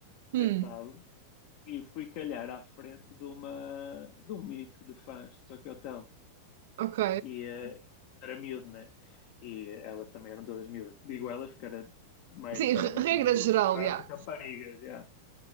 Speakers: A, on the right; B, on the left.
A: Hum,
B: sentado, e fui calhar à frente de uma de um meet de fãs de Tokyo Hotel.
A: ok.
B: E, eh, era miúdo, né? E elas também eram todas miúdas. Digo elas porque era maioritariamente
A: Sim, regra
B: um grupo
A: geral,
B: grande
A: já. <laughs> yeah.
B: de raparigas. já.